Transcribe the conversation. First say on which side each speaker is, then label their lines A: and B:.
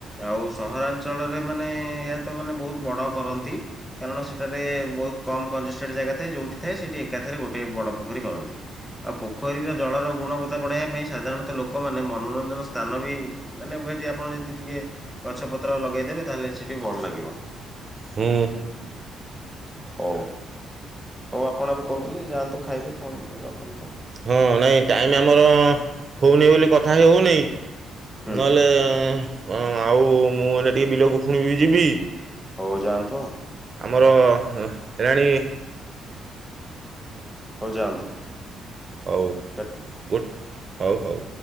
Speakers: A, in the centre; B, on the right.
A: ଆଉ ସହରାଞ୍ଚଳରେ ମାନେ ଏହା ତ ମାନେ ବହୁତ ବଡ଼ କରନ୍ତି। କାରଣ ସେଠାରେ ବହୁତ କମ କଂଜେଷ୍ଟେଡ ଜାଗା ଥାଏ ଯୋଉଠି ଥାଏ ସେଇଠି ଏକାଥରେ ଗୋଟେ ବଡ଼ ପୋଖରୀ କରନ୍ତି। ଆଉ ପୋଖରୀର ଜଳର ଗୁଣବତ୍ତା ବଢ଼ାଇବା ପାଇଁ ସାଧାରଣତଃ ଲୋକମାନୋନେ ମନୋରଞ୍ଜନ ସ୍ଥାନ ବି ମାନେ ସେଠି ଆପଣ ଯଦି ଟିକେ ଗଛପତ୍ର ଲଗେଇଦେବେ ତାହେଲେ ସେଠି ଭଲ ଲାଗିବ।
B: ହୁଁ।
A: ହଉ। ହଉ ଆପଣ ଏବେ କହୁଥିଲେ ଯାଆନ୍ତୁ ଖାଇବେ ଫୋନ୍ ଟି ରଖନ୍ତୁ।
B: ହଁ ନାଇଁ ଟାଇମ୍ ଆମର ହେଉନି ବୋଲି କଥା ହେ ହେଉନି
A: ହୁଁ
B: ନହେଲେ ହଁ ଆଉ ମୁଁ ଏଇନେ ଟିକିଏ ବିଲକୁ ଫୁଣିବି ଯିବି।
A: ହଉ ଯାଆନ୍ତୁ।
B: ଆମର ହେଲାଣି
A: ହଉ ଯାଆନ୍ତୁ।
B: ହଉ
A: କାଟନ୍ତୁ।
B: ଗୁଟ୍ ହଉ ହଉ।